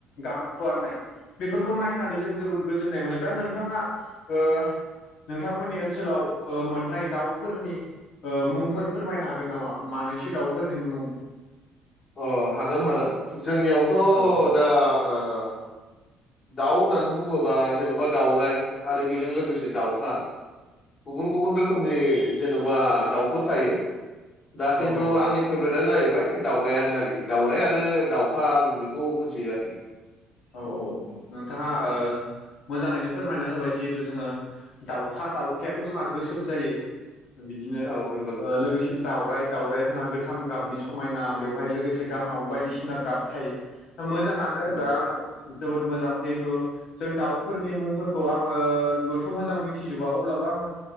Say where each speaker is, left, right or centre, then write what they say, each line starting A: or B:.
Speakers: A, on the left (about 65°); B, on the left (about 20°).
A: गां फुवारनाय बेफोर खौ नायनानै जों जोबद गोजोननाय मोनो दा नोंथांआ ओ नोंथांमोननि ओनसोलाव ओ मोननाय दाउफोरनि ओ मुंफोर फोरमायनो हागोन नामा मानैसो दाउफोरनि मुं
B: अ' हागोन हागोन जोंनियावथ'
A: औ औ
B: दा ओ दाउ होननानै बुंङोबा जेन'बा दाउराइ आरो बेजों लोगोसे दाउखा गुबुन-गुबुन रोखोमनि जेन'बा दाउफोर थायो दा खिन्थु
A: औ
B: आंनि फेभ्रेटआ जाहैबाय दाउरायानो आरोखि दाउराय आरो दाउखा आं बेखौ मिथियो आरोखि।
A: औ औ औ नोंथांआ ओ मोजांङैनो फोरमायना होबाय जिहेथु जोंङो दाउखा दाउखायाथ' जोंहा गोसोम जायो। बिदिनो
B: औ नंगौ नंगौ
A: ओ लोगोसे दावराय-दावरायया जोंहा गोथां गाबनि समायना बेवहाय लोगोसे गांआव बायदिसिना गाब थायो। दा मोजांआनो
B: नंगौ
A: दा
B: नंगौ
A: जोबोद मोजां जिहेथु जों दाउफोरनि मुंफोरखौ आंङोबोथ' मोजां मिथिजोबा अब्लाबो आंङो